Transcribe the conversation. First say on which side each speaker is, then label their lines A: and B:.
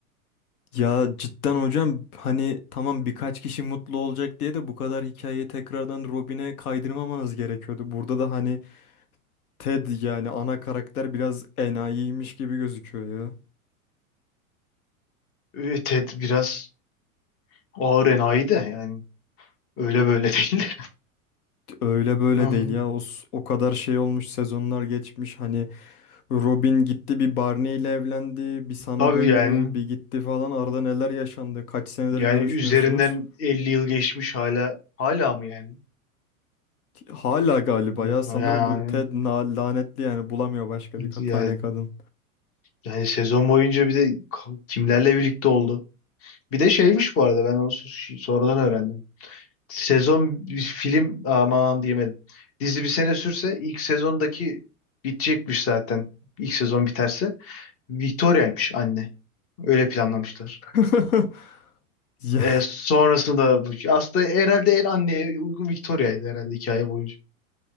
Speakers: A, on the left; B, on the left.
A: Ya cidden hocam hani tamam birkaç kişi mutlu olacak diye de bu kadar hikayeyi tekrardan Robin'e kaydırmamanız gerekiyordu. Burada da hani Ted yani ana karakter biraz enayiymiş gibi gözüküyor ya.
B: Ee, Ted biraz ağır enayi de yani öyle böyle değil.
A: Öyle böyle
B: <laughs> Hı hı.
A: değil ya. O, s- o kadar şey olmuş sezonlar geçmiş hani Robin gitti bir Barney ile evlendi bir sana
B: Tabii
A: döndü
B: yani
A: bir gitti falan arada neler yaşandı kaç senedir
B: yani
A: görüşmüyorsunuz.
B: üzerinden 50 yıl geçmiş hala hala mı yani?
A: Hala galiba
B: Hı,
A: ya sanırım
B: Yani
A: bu Ted na- lanetli yani bulamıyor başka bir ka-
B: yani,
A: tane kadın.
B: yani sezon boyunca bir de ka- kimlerle birlikte oldu? Bir de şeymiş bu arada ben onu so- sonradan öğrendim. Sezon bir film aman diyemedim. Dizi bir sene sürse ilk sezondaki bitecekmiş zaten. İlk sezon biterse. Victoria'ymış anne. Öyle planlamışlar.
A: <laughs> Ya,
B: E, sonrasında bu- aslında herhalde en anneye uygun Victoria'ydı herhalde hikaye boyunca.